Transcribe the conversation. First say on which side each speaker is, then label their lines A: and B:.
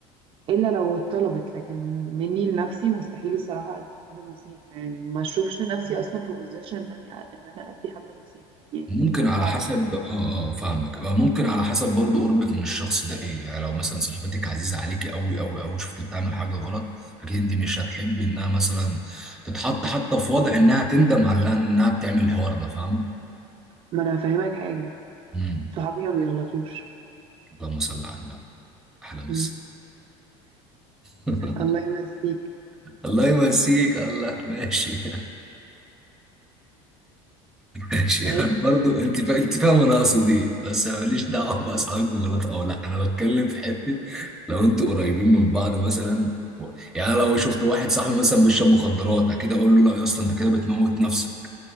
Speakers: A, on the right; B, in the centre.
A: الا لو اتطلبت لكن مني لنفسي مستحيل الصراحة ادي حد نصيحة يعني ما اشوفش نفسي اصلا في بوزيشن انني ان انا ادي حد نصيحة يعني
B: ممكن
A: مش
B: على
A: بعرف
B: حسب اه اه فاهمك آه، ممكن على حسب برضو قربك من الشخص ده ايه يعني لو مثلا صاحبتك عزيزة عليكي قوي قوي قوي شفت بتعمل حاجة غلط اكيد انت مش هتحبي انها مثلا تتحط حتى في وضع انها تندم على انها بتعمل الحوار ده فاهمة؟
A: ما انا هفهمك حاجة
B: امم
A: صحابي ما بيغلطوش
B: اللهم صل على النبي احلى مسا
A: م.
B: <laughs>
A: الله يمسيك
B: الله يمسيك الله ماشي ماشي
A: ماشي
B: <laughs> يعني برضو انت فا... انت فاهم انا اقصد ايه بس أنا ماليش دعوه باصحابك بيغلطوا او لا انا بتكلم في حته لو انتوا قريبين من بعض مثلا و- يعني لو شفت واحد صاحبي مثلا بيشرب مخدرات اكيد اقول له لا يا اسطى انت كده بتموت نفسك